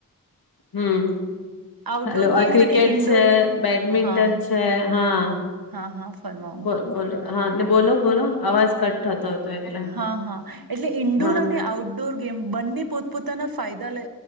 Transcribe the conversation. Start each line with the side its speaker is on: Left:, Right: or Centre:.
Left: હમ્મ
Right: આઉટડોર
Left: હલો આ
Right: ગેમ
Left: ક્રિકેટ
Right: અને ઇન્ડોર
Left: છે
Right: ગેમ
Left: બેડમિન્ટન
Right: હા
Left: છે હા
Right: હા હા ફરમાવો
Left: બો બોલો હા ને બોલો બોલો આવાજ કટ થતો હતો એટલે
Right: હા હા એટલે ઇન્ડોર
Left: હા
Right: અને આઉટડોર ગેમ બંને પોતપોતાના ફાયદા લે.